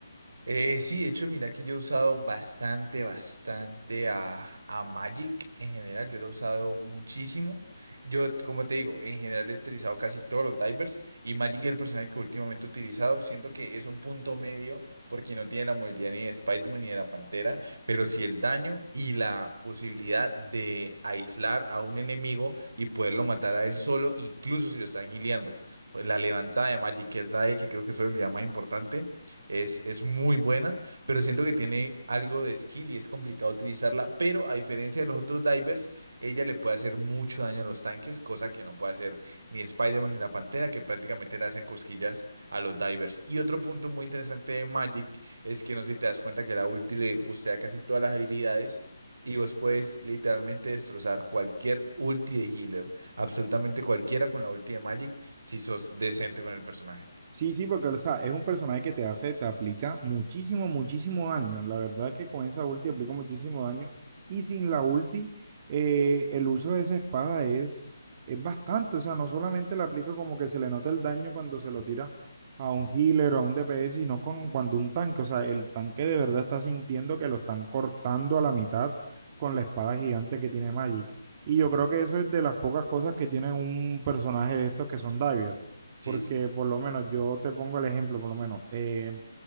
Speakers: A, on the right; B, on the right.
A: Eh, sí, de hecho, mira que yo he usado bastante, bastante a, a Magic en general. Yo lo he usado muchísimo. Yo, como te digo, en general he utilizado casi todos los divers y Magic es el personaje que últimamente he utilizado. Siento que es un punto medio porque no tiene la movilidad ni de Spider-Man ni de la Pantera, pero sí el daño y la posibilidad de aislar a un enemigo y poderlo matar a él solo, incluso si lo están gileando. Pues la levantada de Magic, que es la E, que creo que es su habilidad más importante es, es muy buena, pero siento que tiene algo de skill y es complicado utilizarla. Pero a diferencia de los otros divers, ella le puede hacer mucho daño a los tanques, cosa que no puede hacer ni Spider-Man ni la Pantera, que prácticamente le hacen cosquillas a los divers. Y otro punto muy interesante de Magic es que no sé si te das cuenta que la ulti le bustea casi todas las habilidades y vos puedes literalmente destrozar cualquier ulti de healer, absolutamente cualquiera con la ulti de Magic, si sos decente con el personaje.
B: Sí, sí, porque o sea, es un personaje que te hace, te aplica muchísimo, muchísimo daño. La verdad es que con esa ulti aplica muchísimo daño. Y sin la ulti, eh, el uso de esa espada es, es bastante. O sea, no solamente le aplica como que se le nota el daño cuando se lo tira a un healer o a un DPS, sino con, cuando un tanque, o sea, el tanque de verdad está sintiendo que lo están cortando a la mitad con la espada gigante que tiene Magic. Y yo creo que eso es de las pocas cosas que tiene un personaje de estos que son diver
A: Sí,
B: porque
A: sí, sí.
B: por lo menos yo te pongo el ejemplo, por lo menos. eh,